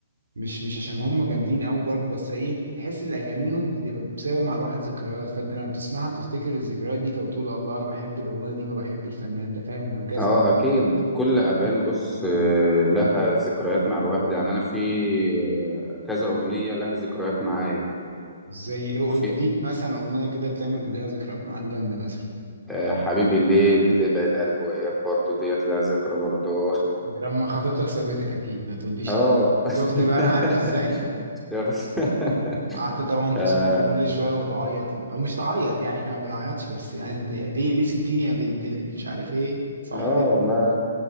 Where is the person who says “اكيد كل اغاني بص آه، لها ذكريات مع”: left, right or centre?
Centre